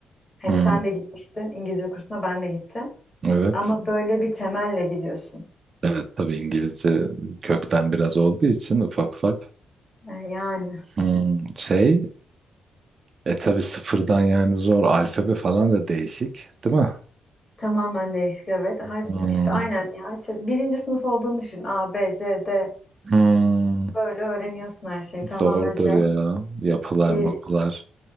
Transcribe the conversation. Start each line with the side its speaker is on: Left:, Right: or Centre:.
Left: Hani
Right: Hmm,
Left: sen de gitmiştin İngilizce kursuna ben de gittim.
Right: Evet.
Left: Ama böyle bir temelle gidiyorsun.
Right: Evet tabii İngilizce kökten biraz olduğu için ufak ufak.
Left: Ee, Yani
Right: Hmm, Şey, e tabii sıfırdan yani zor. Alfabe falan da değişik, değil mi?
Left: tamamen değişik evet. Harf,
Right: Hmm,
Left: işte aynen ya. İşte birinci sınıf olduğunu düşün. A, B, C, D.
Right: hmm.
Left: Böyle öğreniyorsun her şeyi. Tamamen
Right: Zordur
Left: şey.
Right: ya. Yapılar,
Left: Kiril,
Right: mapılar.